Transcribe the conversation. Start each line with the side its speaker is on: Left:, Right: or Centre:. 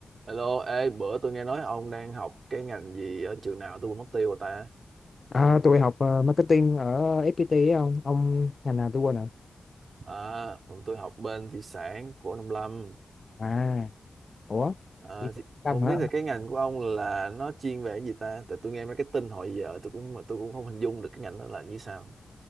Right: Hello, ê, bữa tôi nghe nói ông đang học cái ngành gì ở trường nào tôi quên mất tiêu rồi ta.
Left: À, tôi học ờ, marketing ở FPT ấy ông ông ngành nào tôi quên rồi
Right: À, còn tôi học bên thủy sản của Nông Lâm.
Left: à ủa
Right: À,
Left: đi
Right: thì, không
Left: làm hả
Right: biết là cái ngành của ông là nó chuyên về cái gì ta? Tại tôi nghe mấy cái tin hồi giờ tôi cũng mà tôi cũng không hình dung được cái ngành đó là như sao.